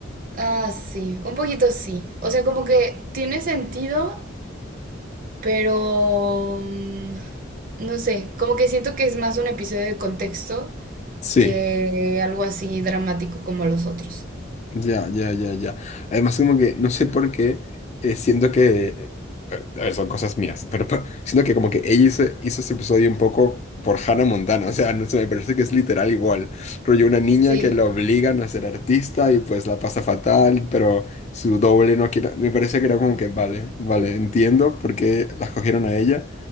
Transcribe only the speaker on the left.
Sí.
Ya, ya, ya, ya. Además, como que no sé por qué eh, siento que. A ver, son cosas mías, pero pa- siento que como que ella hizo, hizo ese episodio un poco por Hannah Montana, o sea, no sé, me parece que es literal igual. Rollo una niña
que la obligan a ser artista y pues la pasa fatal, pero su doble no quiere. Me parece que era como que, vale, vale, entiendo por qué la escogieron a ella,